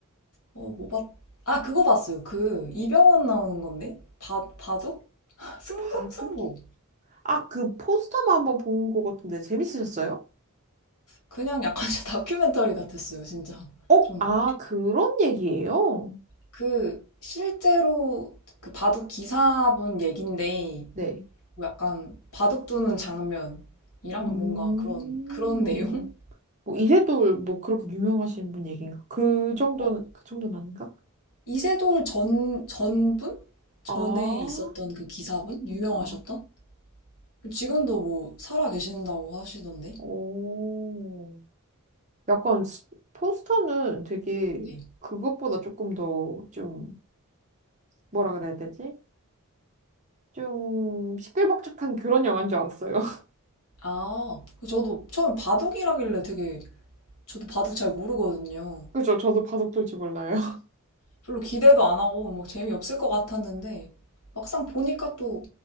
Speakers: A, on the left; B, on the right.
A: 어, 뭐 봤, 아, 그거 봤어요. 그, 이병헌 나오는 건데? 바, 바둑? <laughs> 승부?
B: 바둑?
A: 승부.
B: 아, 그 포스터만 한번 본 것 같은데 재밌으셨어요?
A: 그냥 약간 <laughs> 진짜 다큐멘터리 같았어요, 진짜.
B: 어?
A: 좀.
B: 아, 그런 얘기예요?
A: 그, 실제로 그 바둑 기사분 얘긴데,
B: 네.
A: 뭐 약간 바둑 두는 장면이랑
B: 음.
A: 뭔가 그런, 그런 내용?
B: 뭐 이세돌 뭐 그렇게 유명하신 분 얘기인가? 그 정도는
A: 어,
B: 그 정도는 아닌가?
A: 이세돌 전, 전분? 전에
B: 아.
A: 있었던 그 기사분? 유명하셨던?
B: 아.
A: 지금도 뭐 살아 계신다고 하시던데?
B: 오. 약간 스- 포스터는 되게
A: 네.
B: 그것보다 조금 더 좀 뭐라 그래야 되지? 좀 시끌벅적한 그런 영화인 줄 알았어요. <laughs>
A: 아, 그 저도 처음 바둑이라길래 되게 저도 바둑 잘 모르거든요.
B: 그죠? 저도 바둑 둘 줄 몰라요.
A: 별로 기대도 안 하고 막 재미없을 것 같았는데 막상 보니까 또